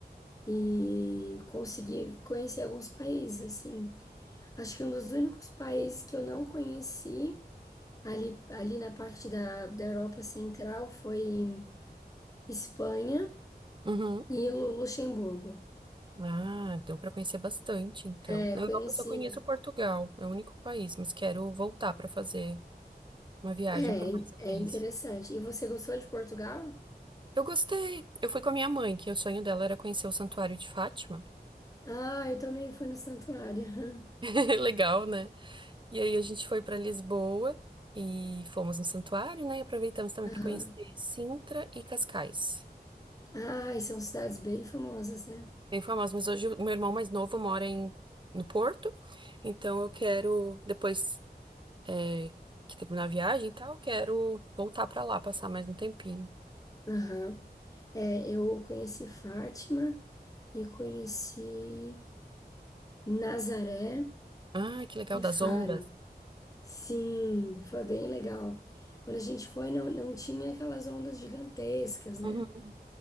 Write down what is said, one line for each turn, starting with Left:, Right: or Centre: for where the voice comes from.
Left: e consegui conhecer alguns países, assim. Acho que um dos únicos países que eu não conheci ali, ali na parte da, da Europa Central foi Espanha
Right: Uhum.
Left: e Lu- Luxemburgo.
Right: Ah, então para conhecer bastante, então.
Left: É,
Right: Na
Left: conheci.
Right: Europa eu só conheço Portugal, é o único país, mas quero voltar para fazer uma viagem
Left: É,
Right: por
Left: in-
Right: mais
Left: é
Right: países.
Left: interessante. E você gostou de Portugal?
Right: Eu gostei. Eu fui com a minha mãe, que o sonho dela era conhecer o Santuário de Fátima.
Left: Ah, eu também fui no santuário.
Right: <laughs> Legal, né? E aí a gente foi para Lisboa e fomos no santuário, né? E aproveitamos também
Left: <laughs>
Right: para
Left: Aham.
Right: conhecer Sintra e Cascais.
Left: Ah, e são cidades bem famosas, né?
Right: Bem famosos, mas hoje o meu irmão mais novo mora em no Porto, então eu quero depois é, que teve na viagem e tal, quero voltar pra lá, passar mais um tempinho.
Left: Aham. É, eu conheci Fátima e conheci Nazaré
Right: Ah, que legal,
Left: e
Right: das
Left: Faro.
Right: ondas.
Left: Sim, foi bem legal. Quando a gente foi, não, não tinha aquelas ondas gigantescas, né?
Right: Uhum.